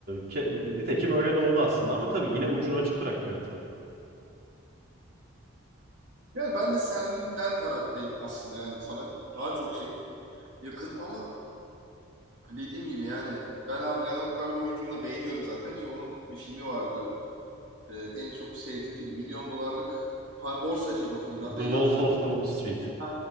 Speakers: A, on the right; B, on the right.
A: ke- nitekim öyle de oldu aslında ama tabii yine ucunu açık bıraktı yönetmen.
B: Yani ben de senden taraftayım aslında yani sana daha çok şey yakınım ama dediğim gibi yani ben abi Leonardo DiCaprio'nun oyunculuğunu da beğeniyorum zaten ki onun bir filmi vardı. E, en çok sevdiğim film Milyon Dolarlık Par Borsacıydı o filmin
A: The
B: adı neydi
A: Wolf
B: hatırlamıyorum.
A: of the Wall Street.
B: Heh,